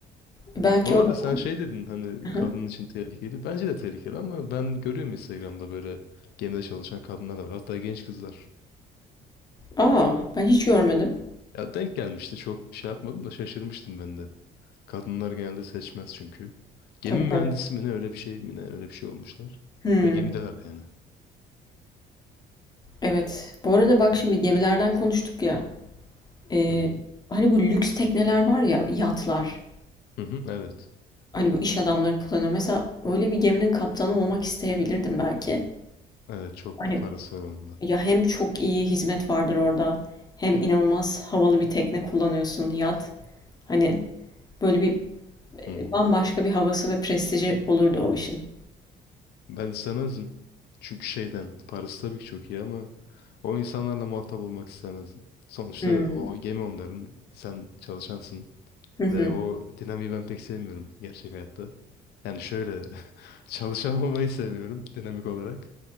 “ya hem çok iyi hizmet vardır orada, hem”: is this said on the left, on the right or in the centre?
Left